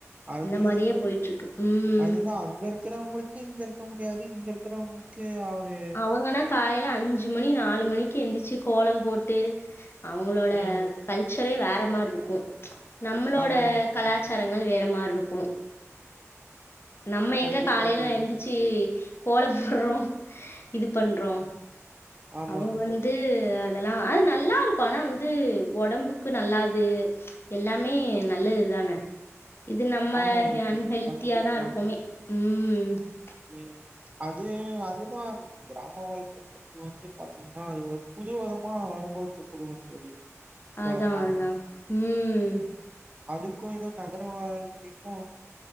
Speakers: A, on the right; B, on the left.
A: அது
B: மாரியே
A: தா
B: போயிட்டுருக்கு. ம்.
A: அதுதா அங்க இருக் இக்கிறவங்களுக்கு இங்க இருக்க முடியாது இங்க இருக்குறவங்களு க்குவாது
B: அவங்கனா காலைல அஞ்சி மணி நாலு மணி க்கு எந்திர்ச்சி கோலம் போட்டு அவங்களோட
A: ம்
B: கல்ச்சரே வேற மார்ருக்கு நம்மளோட
A: ஆமாங்க தோழி
B: கலாச்சாரங்கள் வேற மார்ருக்கு நம்ம எங்க
A: கண்டிப்பா
B: காலைல
A: தோழி
B: எந்திர்ச்சி கோல போட்றோ இது பண்றோ
A: ஆமாங்க
B: அவங்க வந்து
A: தோழி
B: அதெல்லா ஆ நல்லாருக்கு ஆனா வந்து ஒடம்புக்கு நல்லா அது எல்லாமே நல்லதுதானே இது நம்ம
A: ஆமாங்க
B: ஹே
A: தோழி
B: அன்ஹெல்த்தியா
A: கண்டிப்பா
B: தா இருக் குமே ம் ம்
A: ம் அது அதுதா கிராம வாய் <unintelligible> வந்து பாத்தீங்கன்னா அது ஒரு புதுவிதமா அனுபவத்த குடுக்கு தோழி சொல்ல
B: அதான்,
A: போனா
B: அதான். ம்.
A: அதுக்கு எதோ நகர வாழ்க்கைக்கும்